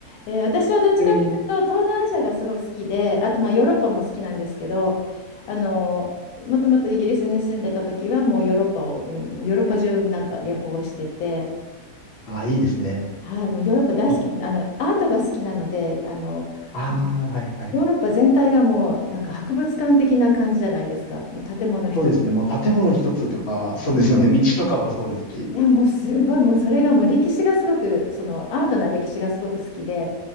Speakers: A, on the left; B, on the left.
A: えー私はどっちかというと、
B: なみに、
A: 東南アジアがすごい好きで、あとまあヨーロッパも好きなんですけど、あのもともとイギリスに住んでた時は、もうヨーロッパを、もうヨーロッパ中なんか旅行してて、
B: あ、いいですね。
A: はい、もうヨーロッパ大好き、
B: あ、
A: あのアートが好きなので、あのもう
B: ああはいはい。
A: ヨーロッパ全体がもうなんか博物館的な感じじゃないですか、もう建物一つ。
B: そうですね。もう建物一つとか、
A: ね
B: そうですよね。
A: うん
B: 道とかもそうですし。
A: いやもうすごいもうそれがもう歴史がすごくそのアートな歴史がすごく好きで